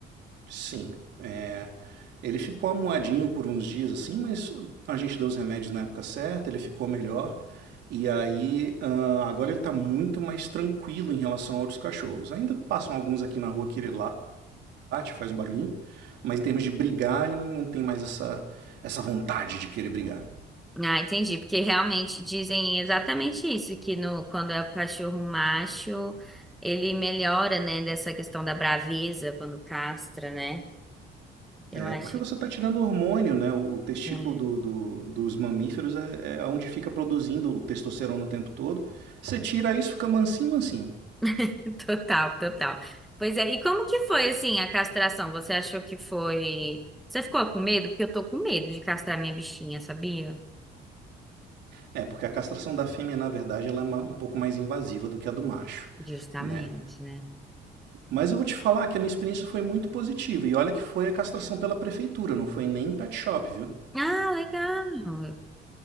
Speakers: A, on the right (about 75°); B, in the centre.
A: Sim. É, ele ficou amuadinho por uns dias assim, mas a gente deu os remédios na época certa, ele ficou melhor. E aí, ah, agora ele tá muito mais tranquilo em relação a outros cachorros. Ainda passam alguns aqui na rua que ele late, faz um barulhinho, mas em termos de brigar, ele não, não tem mais essa, essa vontade de querer brigar.
B: Ah, entendi, porque realmente dizem exatamente isso, que no, quando é o cachorro macho, ele melhora, né, dessa questão da braveza quando castra, né? Eu
A: É
B: acho.
A: porque você está tirando hormônio, né? O, o testículo
B: é,
A: do, do- dos mamíferos é, é onde fica produzindo o testosterona o tempo todo. Você tira isso, fica mansinho, mansinho.
B: <laughs> total, total. Pois é, e como que foi, assim, a castração? Você achou que foi. Você ficou com medo? Porque eu tô com medo de castrar minha bichinha, sabia?
A: É, porque a castração da fêmea, na verdade, ela é um pouco mais invasiva do que a do macho,
B: Justamente,
A: né?
B: né?
A: Mas eu vou te falar que a minha experiência foi muito positiva. E olha que foi a castração pela prefeitura, não foi nem em pet shop, viu?
B: Ah, legal.